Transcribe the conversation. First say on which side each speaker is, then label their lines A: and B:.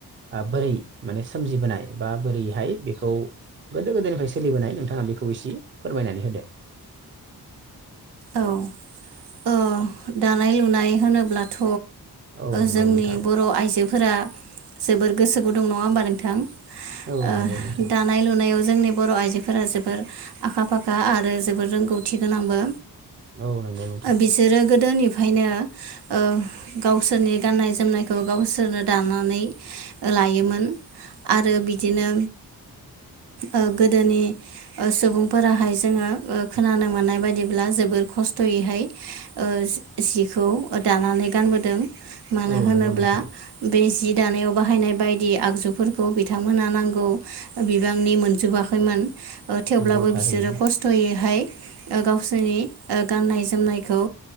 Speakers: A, on the right; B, on the right.
A: बोरै माने सोमजिबोनाय बा बोरैहाय बेखौ गोदो गोदोनिफ्राय सोलिबोनाय नोंथाङा बेखौ एसे फोरमायनानै होदो।
B: औ ओ दानाय लुनाय होनोब्लाथ'
A: औ नंगौ
B: जोंनि
A: नोंथां
B: बर' आइजोफोरा जोबोर गोसो गुदुं नङा होमबा नोंथां
A: औ
B: ओ
A: नंगौ नोंथां
B: दानाय लुनायाव जोंनि बर' आइजोफोरा जोबोर आखा-फाखा आरो जोबोर रोंगौथि गोनांबो।
A: औ नंगौ नोंथां।
B: बिसोरो गोदोनिफ्रायनो ओ गाव गावसोरनि गाननाय जोमनायखौ गावसोरनो दानानै लायोमोन। आरो बिदिनो ओ गोदोनि ओ सुबुंफोराहाय जोङो ओ खोनानो मोननाय बायदि ब्ला जोबोर खस्थ'यैहाय ओ सिखौ दानानै गानबोदों। मानो
A: औ
B: होनोब्ला
A: नंगौ नोंथां
B: बे जि दानायाव बाहायनाय बायदि आगजुफोरखौ बिथांमोनहा नांगौ बिबांनि मोनजोबाखैमोन। ओ थेवब्लाबो
A: नंगौ थारैनो
B: बिसोरो खस्थ'यैहाय ओ गावसोरनि ओ गाननाय जोमनायखौ